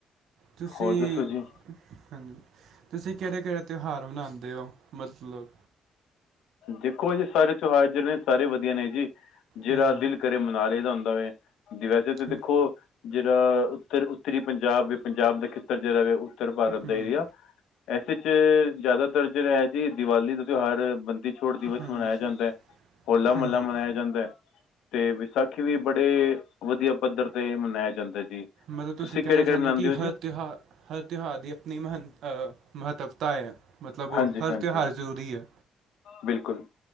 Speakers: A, on the right; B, on the left.
A: ਤੁਸੀਂ
B: ਹੋਰ ਦੱਸੋ ਜੀ
A: ਹਾਂਜੀ ਤੁਸੀਂ ਕਿਹੜੇ ਕਿਹੜੇ ਤਿਉਹਾਰ ਮਨਾਉਂਦੇ ਹੋ, ਮਤਲਬ
B: ਦੇਖੋ ਇਹ ਜੀ ਸਾਰੇ ਤਿਉਹਾਰ, ਜਿਹੜੇ ਨੇ ਸਾਰੇ ਵਧੀਆ ਨੇ ਜੀ। ਜਿਹੜਾ
A: ਹੂੰ
B: ਦਿਲ ਕਰੇ ਮਨਾ ਲਈ ਦਾ ਹੁੰਦਾ ਏ, ਵੇਸੇ ਤੇ ਦੇਖੋ
A: ਹੂੰ
B: ਜੇੜਾ ਉੱਤਰ ਉੱਤਰੀ, ਪੰਜਾਬ ਪੰਜਾਬ ਦਾ ਖੇਤਰ ਜੇੜਾ ਵੇ ਉੱਤਰ ਭਾਰਤ ਦਾ
A: ਹੂੰ
B: ਏਰੀਆ। ਐਸੇ ਚ ਜੈਦਾਤਰ ਜੇੜਾ ਐ ਜੀ ਦੀਵਾਲੀ ਦ ਤੇਯੋਹਾਰ ਬੰਦੀ ਛੋੜ ਦਿਵਸ
A: ਹਾਂਜੀ
B: ਮਨਾਏਆ ਜਾਂਦੈ, ਹੋਲਾ-ਮੱਲਾ
A: ਹਾਂਜੀ
B: ਮਨਾਏਆ ਜਾਂਦੈ। ਤੇ ਵਿਸਾਖੀ ਵੀ ਬੜੇ ਵਦੀਆ ਪੱਧਰ ਤੇ ਮਨਾਏਆ ਜਾਂਦਾ ਜੀ।
A: ਮਤਲਬ ਤੁਸੀ
B: ਤੁਸੀਂ
A: ਕੈਣਾ
B: ਕਿਹੜੇ ਕਿਹੜੇ
A: ਚਾਂਦੇ
B: ਮਨਾਉਂਦੇ
A: ਓ ਕਿ
B: ਹੋ ਜੀ
A: ਹਰ ਤੇਓਹਾਰ ਹਰ ਤਓਹਾਰ ਦੀ ਆਪਨੀ ਮਹਂਤ ਅ ਮਹੱਤਵਤਾ ਏ, ਮਤਲਬ ਓ
B: ਹਾਂਜੀ
A: ਹਰ
B: ਹਾਂਜੀ
A: ਤੇਓਹਾਰ ਜ਼ਰੂਰੀ ਐ।
B: ਬਿਲਕੁਲ